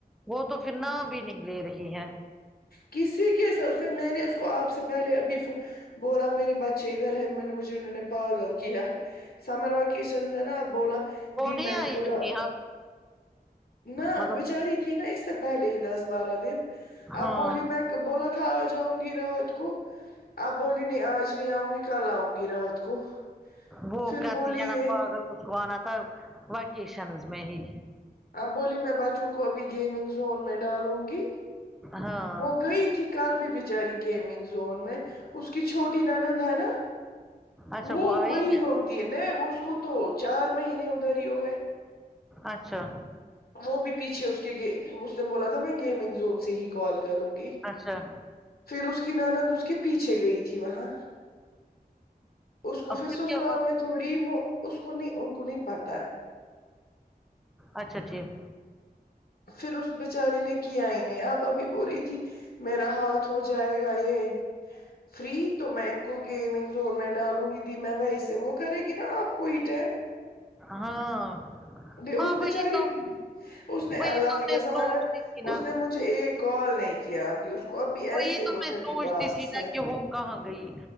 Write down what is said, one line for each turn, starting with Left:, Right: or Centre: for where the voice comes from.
Centre: وہ تو پھر نام بھی نہیں لے رہی ہے
Left: کسی کے سر میں نے اس کو آپ سے پہلے ابھی فک بولا میرے بچے ادھر ہے میں نے مجھے انہوں نے پاگل کیا سمر وکیشنز ہے نابولا
Centre: وہ
Left: دی
Centre: نہیں
Left: میں
Centre: آئی
Left: نے بول
Centre: نیہا
Left: نہ
Centre: مطلب
Left: بچاری تھی نا اس طح پہلے ہی دس بارہ دن اب
Centre: ہاں
Left: بولی میں بولا تھا آ جاؤں گی رات کو اپ بولی نہیں آج نہیں آؤں گی کل آؤں گی رات کو
Centre: وہ
Left: پھر
Centre: کرتی
Left: بولی
Centre: ہے
Left: یہ
Centre: نا پاگل اس کو انا تھا وکیشنز میں ہی
Left: اب بولی میں بچوں کو ابھی گیمنگ زون میں ڈالوں گی
Centre: ہاں
Left: وہ گئی تھی کل بھی بیچاری گیمنگ زون میں اس کی چھوٹی نند ہے نا
Centre: اچھا
Left: وہ
Centre: آئی
Left: وہی
Centre: ہے
Left: ہو تی ن وہ اس کو تو چار مہینے اداری ہو گئے
Centre: اچھا
Left: وہ بھی پیچھے اس کے اس نے بولا تھا میں گیمنگ زون سے ہی کال کروں گی
Centre: اچھا
Left: پھر اس کی نند اس کے پیچھے گئی تھی وہاں اس کو
Centre: اب
Left: پھر سسرال
Centre: کیا ہوا
Left: میں تھوڑی اس کو نہیں ان کو نہیں پاتا ہے
Centre: اچھا ٹھیک
Left: پھر اس بیچاری نے کیا ہی نہیں آپ ابھی بول رہی تھی میرا ہاتھ ہو جائے گا یہ فری تو میں کو گیمنگ زون میں ڈالوں گی دی میں وہی سے وہ کرے گی نا آپ کو اٹین
Centre: ہاں
Left: جی
Centre: ہاں
Left: اس بچاری
Centre: وہی تو
Left: اس نے
Centre: وہی
Left: اللہ
Centre: تو
Left: کی
Centre: میں
Left: قسم
Centre: سوچتی
Left: اگر
Centre: تھی نا
Left: اس نے مج جھے ایک کال نہیں کیا ابھی اس کو اب بھی
Centre: وہی
Left: ایسے ہی
Centre: تو
Left: وہ
Centre: میں
Left: تھرٹی
Centre: سوچتی
Left: ٹاسک
Centre: تھی نا
Left: ہیں
Centre: کہ وہ کہاں گئی